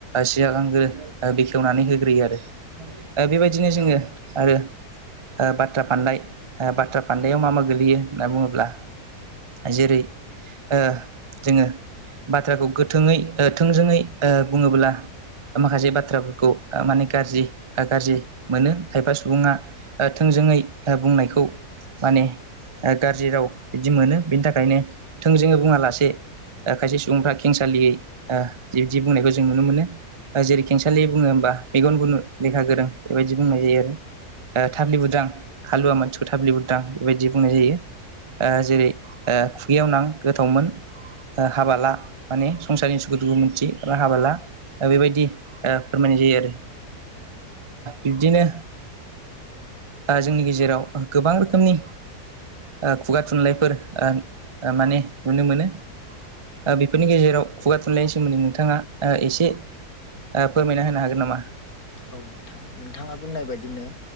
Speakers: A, on the right; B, on the left.
A: सिगांग्रो बेखेवनानै होग्रोयो आरो
B: <inaudible>
A: ओ बेबायदिनो जोङो
B: नोंथां
A: आरो बाथ्रा फान्दाय बाथ्रा फान्दायाव मा मा गोगलैयो होनना बुङोब्ला जेरै ओ जोङो बाथ्राखौ गो थोङै ओ थोंजोङै ओ बुङोब्ला माखासे बाथ्राफोरखौ माने गाज्रि गाज्रि मोनो खायफा सुबुङा ओ थों जोङै बुंनायखौ माने ओ गाज्रि राव बिदि मोनो बेनि थाखायनो थोंजोङै बुङा लासे ओ खायसे सुबुंफ्रा खेंसा सालियै ओ बिबदि बुंनायखौ जों नुनो मोनो। ओ जेरै खेंसालि बुङो होमबा मेगन गुनु लेखा गोरों बेबायदि बुंनाय जायो आरो ओ थाब्लि बुदां हालुवा मानसिखौ थाब्लि बुदां बेबायदि बुंनाय जायो। ओ जेरै ओ खुगायाव नां गोथावमोन हाबा ला माने संसारनि सुखु दुखु मोनथि बा हाबाला बेबायदि ओ फोरमायनाय जायो आरो। बिब्दिनो ओ जोंनि गेजेराव गोबां रोखोमनि ओ खुगा थुनलाइफोर ओ माने नुनो मोनो। ओ बेफोरनि गेजेराव खुगा थुनलाइनि सोमोन्दै नोंथाङा ओ एसे ओ फोरमायना होनो हागोन नामा?
B: औ नोंथां नोंथाङा बुंनाय बायदिनो